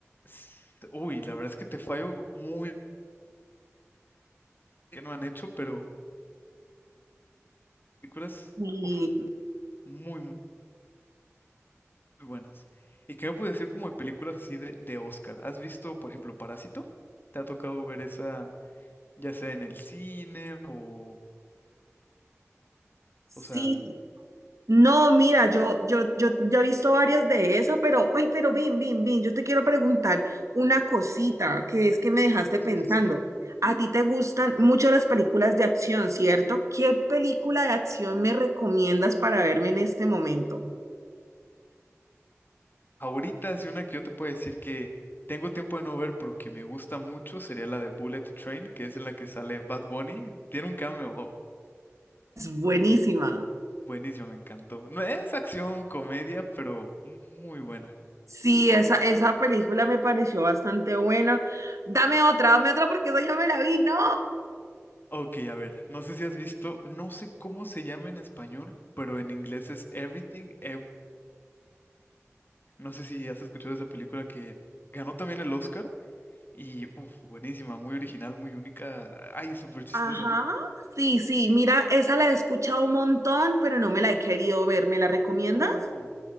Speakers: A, on the left; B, on the right.
A: S- Uy, la verdad es que te fallo muy que no han hecho, pero películas,
B: Y
A: uf, muy, muy buenas. ¿Y qué me puedes decir como de películas así de, de Oscar? ¿Has visto, por ejemplo, Parásito? ¿Te ha tocado ver esa, ya sea en el cine o,
B: sí,
A: o sea,
B: No, mira, yo, yo, yo, yo he visto varias de esas, pero, ay, pero bien, bien, bien, yo te quiero preguntar una cosita que es que me dejaste pensando.
A: sí, sí, sí.
B: A ti te gustan mucho las películas de acción, ¿cierto? ¿Qué película de acción me recomiendas para verme en este momento?
A: Ahorita es una que yo te puedo decir que tengo tiempo de no ver, pero que me gusta mucho, sería la de Bullet Train, que es en la que sale Bad Bunny. Tiene un cameo
B: Es buenísima.
A: buenísimo, me encantó. No es acción, comedia, pero muy buena.
B: Sí, esa, esa película me pareció bastante buena. Dame otra, dame otra porque esa ya me la vi, no.
A: Ok, a ver, no sé si has visto, no sé cómo se llama en español, pero en inglés es Everything, Ev- no sé si has escuchado esa película que ganó también el Oscar y uf, buenísima, muy original, muy única, ay, súper chistosa.
B: Ajá, sí, sí, mira, esa la he escuchado un montón, pero no me la he querido ver. ¿Me la recomiendas?
A: Uh,